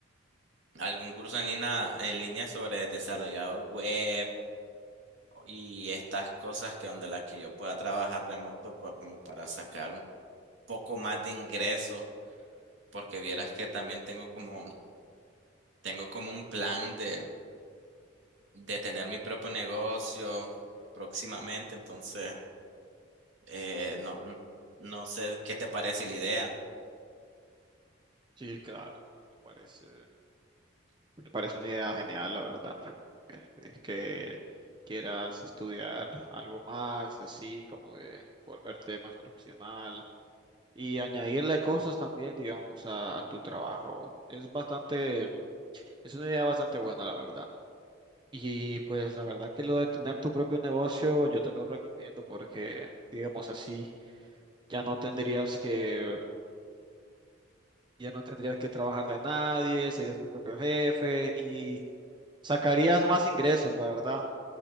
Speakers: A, on the right; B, on the right.
A: algún curso en línea, en línea sobre desarrollador web y estas cosas que donde las que yo pueda trabajar remoto por, como para sacar un poco más de ingreso, porque vieras que también tengo como, tengo como un plan de, de tener mi propio negocio próximamente, entonces. Eh, no, n- no sé qué te parece la idea.
B: Sí, claro, bro, Me parece, me parece una idea genial, la verdad. Eh, Es que quieras estudiar algo más, así como de volverte más profesional y añadirle cosas también, digamos, a, a tu trabajo. Es bastante, es una idea bastante buena, la verdad. Y pues la verdad que lo de tener tu propio negocio, yo te lo recomiendo porque, digamos así, ya no tendrías que ya no tendrías que trabajarle a nadie, serías tu propio jefe y sacarías más ingresos, la verdad.